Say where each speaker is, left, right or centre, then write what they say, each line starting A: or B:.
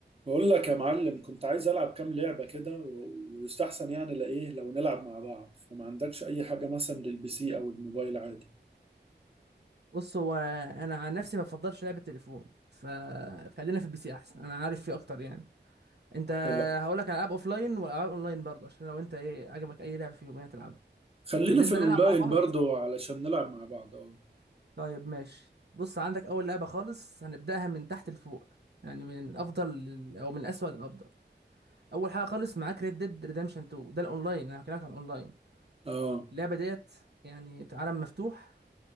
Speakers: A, on the right (about 30°); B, on the right (about 65°).
A: بقول لك يا معلم كنت عايز العب كام لعبه كده و- ويستحسن يعني لايه لو نلعب مع بعض فما عندكش اي حاجه مثلا للبي سي او الموبايل عادي
B: بص هو انا عن نفسي ما بفضلش لعب التليفون فخلينا في البي سي احسن انا عارف فيه اكتر يعني انت
A: طب
B: هقولك على العاب لاين والعاب اونلاين برضه عشان لو انت ايه عجبك اي لعبه فيهم يعني تلعبها
A: خلينا
B: بالنسبه
A: في الاونلاين
B: نلعب مع بعض
A: برضو علشان نلعب مع بعض اه
B: طيب ماشي بص عندك اول لعبه خالص هنبداها من تحت لفوق يعني من الافضل لل- او من الاسوأ للافضل اول حاجه خالص معاك ريد ديد ريدمشن 2 ده الاونلاين انا هكلمك عن الاونلاين
A: اه
B: اللعبه ديت يعني عالم مفتوح